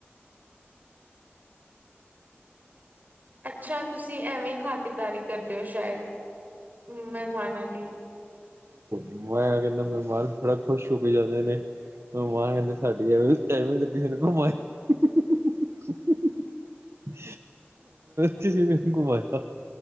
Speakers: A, on the right; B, on the right.
A: ਅੱਛਾ ਤੁਸੀਂ ਐਵੇਂ ਖਾਤਿਰਦਾਰੀ ਕਰਦੇ ਹੋ ਸ਼ਾਇਦ ਹ ਮਹਿਮਾਨਾਂ ਦੀ
B: ਮਾ ਕਹਿੰਦਾ ਮਹਿਮਾਨ ਥੋੜ੍ਹਾ ਖੁਸ਼ ਹੋ ਕੇ ਜਾਂਦੇ ਨੇ ਮਹਿਮਾਨ ਕਹਿੰਦੇ ਸਾਡੀ ਐਵੇ ਐਵੇਂ ਕਿਸੇ ਨੇ ਘਮਾਇਆ <inaudible> <inaudible> ਕਿਸੇ ਨੇ ਨਹੀਂ ਘੁਮਾਇਆ